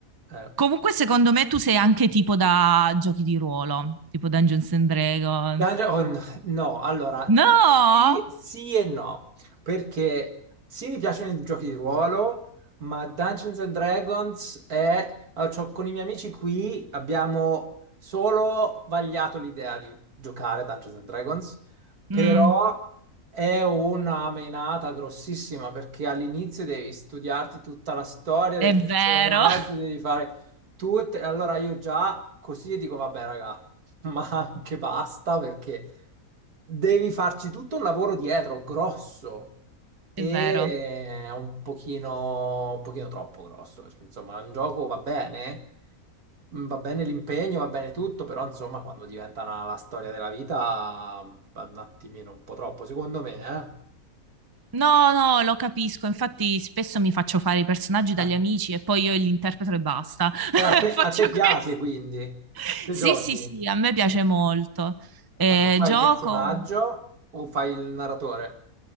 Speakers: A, on the right (about 85°); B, on the right (about 20°).
A: Eh.
B: Comunque, secondo me tu sei anche tipo da giochi di ruolo, tipo Dungeons and Dragons.
A: Dungeon- oh, no, no, allora
B: No!
A: sì, sì e no, perché sì mi piacciono i giochi di ruolo, ma Dungeons and Dragons è... ah, c'ho- con i miei amici qui abbiamo solo vagliato l'idea di giocare a Dungeons and Dragons, però
B: Mm,
A: è una menata grossissima perché all'inizio devi studiarti tutta la storia
B: è
A: del
B: vero,
A: personaggio,
B: <laughs>
A: devi fare tutte... Allora io già così dico, vabbè ragazzi. <laughs> ma anche basta perché devi farci tutto un lavoro dietro grosso e
B: è vero.
A: è un pochino, un pochino troppo grosso perché insomma un gioco va bene, mm, va bene l'impegno, va bene tutto, però insomma quando diventa una- la storia della vita va un attimino un po' troppo secondo me, eh.
B: No, no, lo capisco. Infatti, spesso mi faccio fare i personaggi dagli
A: A,
B: amici e poi io li interpreto e basta.
A: eh,
B: <laughs>
A: a te,
B: Faccio
A: a te piace
B: questo.
A: quindi, se
B: Sì,
A: giochi,
B: sì, sì, a me piace molto. Eh,
A: ma tu fai
B: gioco.
A: il personaggio o fai il narratore?